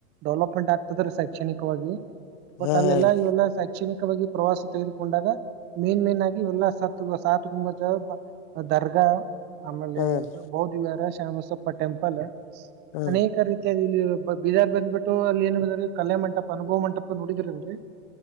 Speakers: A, on the right; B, on the left.
A: ಡೆವಲಪ್ಮೆಂಟ್ ಆಗ್ತದೆ ರೀ ಶೈಕ್ಷಣಿಕವಾಗಿ. ಬಟ್
B: ಹಾ
A: ಅಲ್ಲೆಲ್ಲ
B: ಹಾ ರೀ
A: ಇವೆಲ್ಲಾ ಸೖಕ್ ಶೈಕ್ಷಣಿಕವಾಗಿ ಪ್ರವಾಸ ತೆಗೆದುಕೊಂಡಾಗ ಮೇನ್ ಮೇನಾಗಿ ಇವೆಲ್ಲ ಸಾತ್ ಸಾತ್ ಗುಂಬಜು ಅದ್ ಅದ್ ದರ್ಗಾ ಆಮೇಲೆ
B: ಹಾ ರೀ
A: ಬೌಧ್ಧ್ವಿಹಾರ ಶರಣಬಸಪ್ಪ ಟೆಂಪಲು.
B: ಹಾ
A: ಅನೇಕ ರೀತಿಯಾದಲ್ಲಿ ಬಟ್ ಬೀದಾರ್ ಬಂದ್ಬಿಟ್ಟು ಅಲ್ಲಿ ಏನು ಅದೆರಿ ಕಲ್ಯಾಣ್ ಮಂಟಪ ಅನುಭವ್ ಮಂಟಪ ನೋಡಿದಿರಲ್ರಿ.